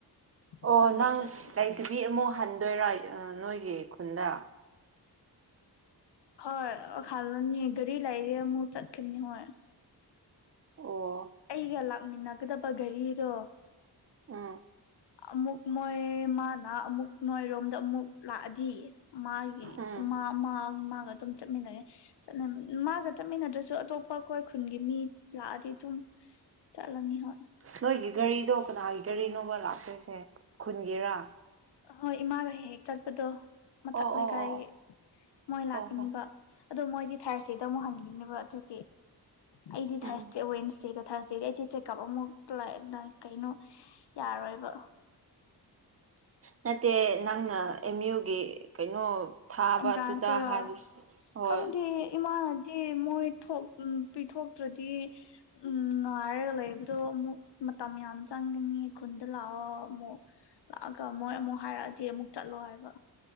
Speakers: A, on the right (about 35°); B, on the left (about 75°).
A: ꯑꯣ
B: ꯎꯄꯥꯏ ꯂꯩꯇ꯭ꯔꯗꯤ
A: ꯅꯪ ꯂꯩꯇꯕꯤ ꯑꯃꯨꯛ ꯍꯟꯗꯣꯏꯔ ꯑꯥ ꯅꯣꯏꯒꯤ ꯈꯨꯟꯗ
B: ꯍꯣꯏ ꯍꯜꯂꯅꯤ ꯒꯥꯔꯤ ꯂꯥꯏꯔꯦ ꯑꯃꯨꯛ ꯆꯠꯀꯅꯤ ꯍꯣꯏ
A: ꯑꯣ
B: ꯑꯩꯒ ꯂꯥꯛꯃꯤꯟꯅꯒꯗꯕ ꯒꯔꯤꯗꯣ
A: ꯎꯝ
B: ꯑꯃꯨꯛ ꯃꯣꯏ ꯃꯥꯅ ꯑꯃꯨꯛ ꯅꯣꯏꯔꯣꯝꯗ ꯑꯃꯨꯛ ꯂꯥꯛꯑꯗꯤ ꯃꯥꯒꯤ
A: ꯎꯝ
B: ꯃꯥ ꯃꯥ ꯃꯥꯒ ꯑꯗꯨꯝ ꯆꯠꯃꯤꯟꯅꯔꯦ ꯆꯠꯅꯝ ꯃꯥꯒ ꯆꯠꯃꯤꯟꯅꯗ꯭ꯔꯁꯨ ꯑꯇꯣꯞ ꯄꯥ ꯈꯣꯏ ꯈꯨꯟꯒꯤ ꯃꯤ ꯂꯥꯛꯑꯗꯤ ꯑꯗꯨꯝ ꯆꯠꯂꯅꯤ ꯍꯣꯏ
A: ꯅꯣꯏꯒꯤ ꯒꯥꯔꯤꯗꯣ ꯀꯅꯥꯒꯤ ꯒꯥꯔꯤꯅꯣꯕ ꯂꯥꯛꯇꯣꯏꯁꯦ ꯈꯨꯟꯒꯤꯔꯥ
B: ꯑꯍꯣꯏ ꯏꯃꯥꯒ ꯍꯦꯛ ꯍꯦꯛ ꯆꯠꯄꯗꯣ ꯃꯊꯛ
A: ꯑꯣ
B: ꯂꯩꯀꯥꯏꯒꯤ
A: ꯑꯣ ꯑꯣ
B: ꯃꯣꯏ ꯂꯥꯛꯀꯅꯤꯕ
A: ꯑꯣ ꯑꯣ ꯍꯣ
B: ꯑꯗꯣ ꯃꯣꯏꯗꯤ ꯊ꯭ꯔꯁꯗꯦꯗ ꯑꯃꯨꯛ ꯍꯟꯈꯤꯅꯤꯕ ꯑꯗꯨꯒꯤ ꯑꯩꯗꯤ ꯊ꯭ꯔꯁꯗꯦ
A: ꯎꯝ
B: ꯋꯦꯟꯅꯁꯗꯦꯒ ꯊꯔ꯭ꯁꯗꯦꯒ ꯑꯩꯗꯤ ꯀꯞ ꯑꯃꯨꯛ ꯂꯥꯛ ꯀꯩꯅꯣ ꯌꯥꯔꯣꯏꯕ
A: ꯅꯠꯇꯦ ꯅꯪꯅ ꯑꯦꯝ ꯌꯨꯒꯤ ꯀꯩꯅꯣ ꯊꯥꯕ
B: ꯑꯦꯟꯇ꯭ꯔꯥꯟꯁ
A: ꯑꯗꯨꯗ
B: ꯇꯨꯔꯣ
A: ꯍꯥꯏꯕ ꯍꯣꯏ
B: ꯈꯪꯗꯦ ꯏꯃꯥꯅ ꯆꯦ ꯃꯣꯏ ꯊꯣꯛ ꯄꯤꯊꯣꯛꯇ꯭ꯔꯗꯤ ꯎꯝ ꯉꯥꯏꯔꯒ ꯂꯩꯕ ꯗꯣ ꯑꯃꯨꯛ ꯃꯇꯝ ꯌꯥꯝ ꯆꯪꯒꯅꯤ ꯈꯨꯟꯗ ꯂꯥꯛꯑꯣ ꯑꯃꯨꯛ ꯂꯥꯛꯑꯒ ꯃꯣꯏ ꯑꯃꯨꯛ ꯍꯥꯏꯔꯛꯑꯗꯤ ꯑꯃꯨꯛ ꯆꯠꯂꯣ ꯍꯥꯏꯕ